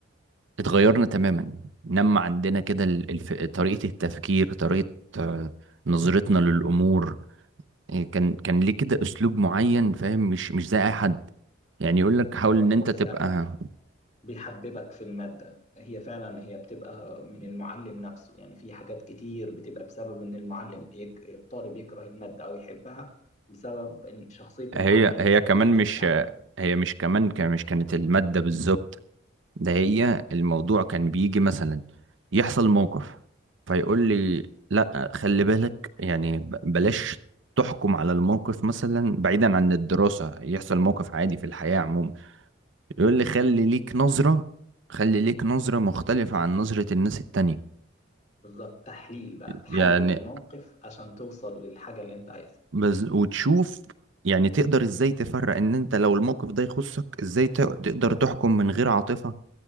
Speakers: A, on the right; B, on the left.
A: اتغيرنا تماما نما عندنا كده ال- الف... طريقة التفكير طريقة آه، نظرتنا للأمور إيه، كان كان ليه كده أسلوب معين فاهم مش مش زي أي حد يعني يقول لك حاول
B: ايوه
A: إن
B: هو
A: أنت
B: فعلا
A: تبقى
B: بيحببك في المادة هي فعلا هي بتبقى من المعلم نفسه يعني في حاجات كتير بتبقى بسبب إن المعلم يك... الطالب يكره المادة أو يحبها بسبب شخصية
A: هي
B: المعلم
A: هي كمان
B: طريقة الحياة
A: مش
B: التعامل
A: هي مش كمان ك- مش كانت المادة بالظبط ده هي الموضوع كان بيجي مثلا يحصل موقف فيقول لي لا خلي بالك يعني ب- بلاش تحكم على الموقف مثلا بعيدا عن الدراسة يحصل موقف عادي في الحياة عموما يقول لي خلي ليك نظرة خلي ليك نظرة مختلفة عن نظرة الناس التانية
B: بالظبط تحليل بقى تحلل
A: يعني
B: الموقف عشان توصل للحاجة اللي أنت عايزها
A: بز... وتشوف يعني تقدر ازاي تفرق ان انت لو الموقف ده يخصك ازاي ت... تقدر تحكم من غير عاطفة